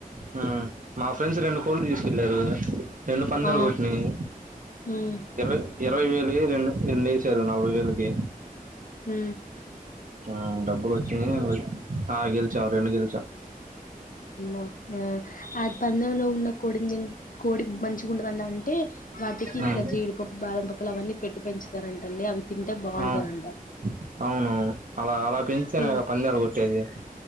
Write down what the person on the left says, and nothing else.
ఆ
ఉమ్
మ్
ఉ ఆ ఆ పందంలో ఉన్న కోడి కోడి మంచిగుంటుదంద అంటే వాటికి ఇట్లా
జీడిపప్పు, బాదం పప్పులు అవన్నీ పెట్టి పెంచతారుంటండి అవి తింటే బాగుంటదంట
తిన్